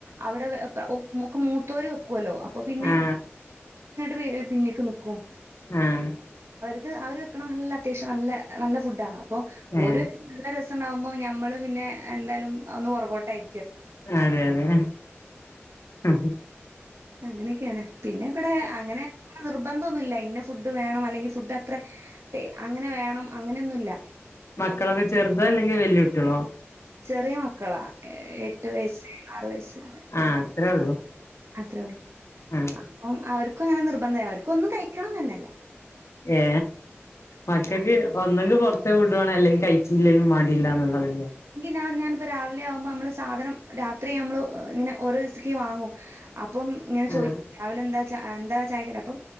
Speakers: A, on the right; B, on the left.
A: അവിടെ വേപ്പ് ഒപ്പ് മൂക്ക് മൂത്തോര് വക്ക് ക്കോല്ലോ അപ്പപിന്നെ
B: ആ
A: പി പിന്നീക്ക് നിക്കും
B: ആഹ്
A: അത് അവർ വെക്കണ നല്ല അത്യാവശ്യം നല്ല നല്ല ഫുഡാ അപ്പൊ
B: ഏ
A: ഒര് ല്ല ര സണ്ടവുമ്പോ നമ്മള് പിന്നെ എന്തായാലും ഒന്ന് പുറകോട്ടായി
B: അതെ അതെ ആ
A: അങ്ങനെയൊക്കെയണ് പിന്നെ ഇവിടെ അങ്ങനെ നിർബന്ധം ഒന്നുല്ല ഇന്ന ഫുഡ് വേണം അല്ലെങ്കി ഫുഡ് അത്ര ടേ അങ്ങനെ വേണം അങ്ങനൊന്നുല്ല
B: മക്കളക്കെ ചെറുതാ അല്ലെങ്കിൽ വല്യു ട്ടിയളോ
A: ചെറിയ മക്കളാ എ എട്ട് വയസ്സ് ആറ് വയസ്സ്
B: ആഹ് അത്രേ ഉള്ളൂ
A: അത്രേ ഉള്ളൂ
B: ആഹ്
A: അപ്പം അവർ ക്കു അങ്ങനെ നിർബന്ധ അവർക്ക് ഒന്നും കഴിക്കണംന്നെന്നെല്ല
B: ഏ മക്കക്ക് ഒന്നെങ്കി പൊറത്തേ ഫുഡ് വാണം അല്ലെങ്കി കഴിച്ചില്ലങ്കി മാ ട്ടില്ലന്നുള്ളതിൻ്റെ
A: ഞാ ഞാാനിപ്പോ രാവിലെ ആവുമ്പോ നമ്മള് സാധനം രാത്രി നമ്മള് ഇങ്ങനെ ഓരോ ദിവസത്തേക്ക് വാങ്ങും അപ്പം ഇങ്ങനെ ചോയിക്കും
B: ആഹ്
A: രാവിലെന്താ ച്ച എന്താ ചായക്കടി അപ്പം